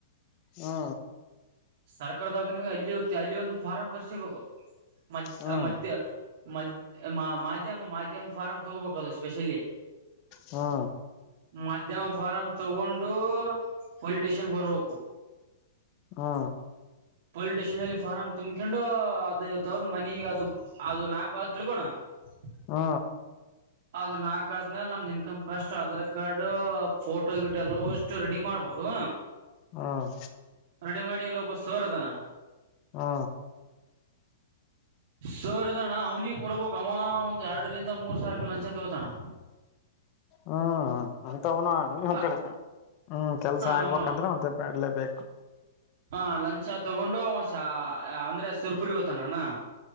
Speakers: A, on the left; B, on the right.
A: ಹಾ
B: ಸರ್ಕಾರದವಾಗ ನಗೆ ಅಲ್ಲಿ ಅಲ್ಲಿ ಒಂದು ಫಾರ್ ಬರ್ಸಿರ್ಬೇಕು. ಮಧ್ಯ
A: ಹ್ಮ್
B: ಮಧ್ಯ ಮಧ್ಯ ಮಾಧ್ಯಮ ಮಾಧ್ಯಮ ಫಾರಂ ತಗೋಬೇಕ ಅದು ಸ್ಪೆಷಲಿ.
A: ಹಾ
B: ಮಧ್ಯಮ ಫಾರಂ ತಗೊಂಡು ಪೊಲಿಟಿಷನ್ ಬರಬೇಕು.
A: ಹಾ
B: ಪೊಲಿಟಿಷನ್ಲ್ಲಿ ಫಾರಂ ತುಂಬ್ಕೊಂಡು ಅದು ತ ಮನಿ ಅದು. ಅದು ನಾಲ್ಕು <unintelligible>
A: ಹಾ
B: ಅದ ನಾಲ್ಕ್ ಆದಮೇಲೆ ನಮ್ದ್ ಇನ್ಕಮ್ ಕಷ್ಟ ಅದ್ರ ಕಾರ್ಡು ಫೋಟೋ ಗಿಟ್ಟ ಎಲ್ಲಷ್ಟು ರೆಡಿ ಮಾಡ್ಬೇಕು.
A: ಹ್ಮ್
B: ರೆಡಿ ಮಾಡಿ ಎಲ್ಲ ಒಬ್ಬ ಸೋರ್ದನ.
A: ಹಾ
B: ಸೋರ್ ಅದಣ್ಣ ಅವ್ನಿಗೆ ಕೊಡ್ಬಬೇಕಕ್ ಅವ ಒಂದ್ ಎರಡರಿಂದ ಮೂರ್ ಸಾವಿ ರೂಪಾಯಿ ಲಂಚ ತಗೋತಾನ.
A: ಹ್ಮ್ ಅಂತ ಅವನ ನಮ್
B: ಹ
A: ಕಡೆ ಹ್ಮ್ ಕೆಲ್ಸ ಆಗ್ಬೇಕಂದ್ರೆ
B: ನಮ್ಮ
A: ಮತ್ತೆ ಮಾಡಲೇಬೇಕು.
B: ಹಾ ಲಂಚ್ ತಗೊಂಡು ಶಾ ಅಂದ್ರೆ ಸುರ್ಪುರಿ ತನಾನ.